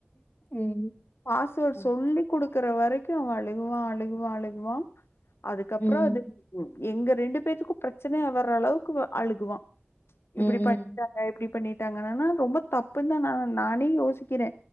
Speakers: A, on the left (about 45°); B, on the left (about 75°).
A: ம்.
B: பாஸ்வேர்ட்
A: ம்.
B: சொல்லி் கொடு இருக்கிற வரைக்கு அவ அழுகுவா அழுகுவா அழுகுவா அதுக்கப்பொற
A: ம்.
B: அது எங்க ரெண்டு பேத்துக்கு பிரச்சனைையா வர்ர அளவுக்கு அழுகுவா
A: ம்.
B: இப்படி பண்ணிட்டாங்க இப்படி பண்ணி நா என்னா னா ரொம்ப தப்பு தா நா நானே யோசிக்கிறே